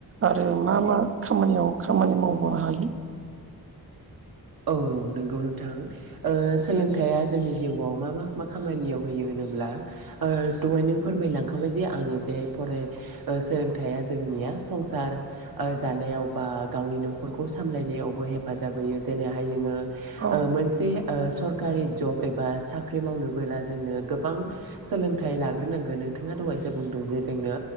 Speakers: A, on the right; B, on the right.
A: आरो मा मा खामानियाव खामानि मावबोनो हायो
B: औ नंगौ नोंथां ओ सोलोंथाइया जोंनि जिउआव मा मा मा खामानियाव होयो होनब्ला दहायनो फोरमायलांखाबाय जे आङो जे फराय सोलोंथाइया जोंनि मा संसार जानायाव बा गावनि न'खरखौ सामलायनायावबो हेफाजाब होयो दिनैहाय जोङो
A: औ
B: मोनसे सर कारि जब एबा साख्रि मावनोबोला जोंनो गोबां सोलोंथाइ लाग्रोनांगोन नोंथाङा द जे बुंदों जे जोंनो